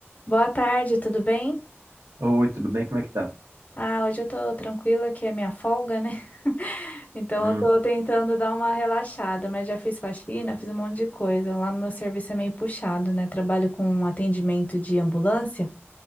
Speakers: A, on the left (about 35°); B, on the right (about 75°).
A: Boa tarde, tudo bem?
B: Oi, tudo bem? Como é que tá?
A: Ah, hoje eu tô tranquila, que é minha folga, né? <laughs> Então
B: Hum,
A: eu tô tentando dar uma relaxada, mas já fiz faxina, fiz um monte de coisa. Lá no meu serviço é meio puxado, né? Trabalho com atendimento de ambulância